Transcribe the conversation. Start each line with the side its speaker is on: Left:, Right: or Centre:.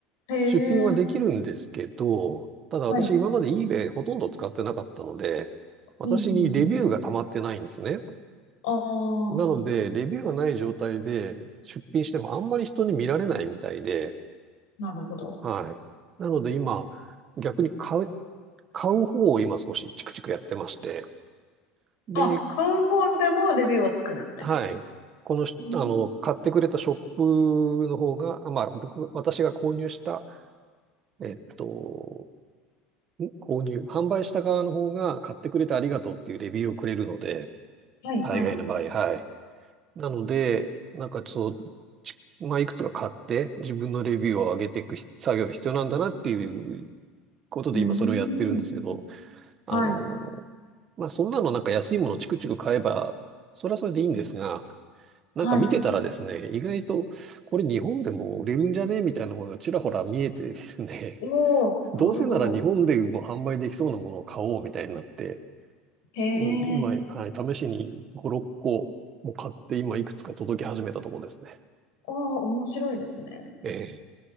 Left: ん。へ
Right: 出品はできるんですけど、
Left: え。
Right: ただ私今まで
Left: はい。
Right: eBay ほとんど使ってなかったので、私にレビューが溜まってないんですね。
Left: うん、うん、うん。ああ、
Right: なので、レビューがない状態で出品してもあんまり人に見られないみたいで、
Left: なるほど。
Right: はい。なので今、逆に買う、買う方を今少しチクチクやってまして、で、
Left: あ、買う方でもレビューはつくんですね。
Right: はい。このし、
Left: うん。
Right: あの、買ってくれたショップの方が、あまあ、僕、私が購入した、えっと、ん購入、販売した側の方が買ってくれてありがとうっていうレビューをくれるので、
Left: はい、
Right: 大概の場合、
Left: はい。
Right: はい。なので、なんかそう、ちまあ、いくつか買って自分のレビューを上げていくひ作業が必要なんだなっていうことで今それをやってるんですけど、
Left: うーん。
Right: あの、
Left: はい。
Right: まあ、そんなのなんか安いものチクチク買えば、それはそれでいいんですが、なんか見てたらですね、
Left: はい。
Right: 意外とこれ日本でも売れるんじゃねみたいなものがちらほら見えてですね、
Left: おー、
Right: <laughs> どうせなら日本でも販売できそうなものを買おうみたいになって、
Left: なるほど。へえ。
Right: うん今、はい、試しに5、6個も買って今いくつか届き始めたところですね。
Left: ああ、面白いですね。
Right: ええ、